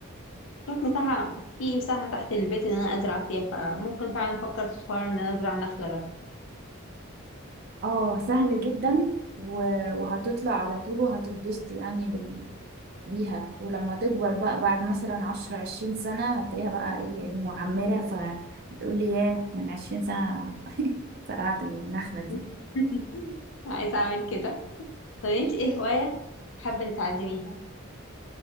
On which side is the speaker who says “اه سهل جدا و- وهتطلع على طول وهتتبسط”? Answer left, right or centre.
Right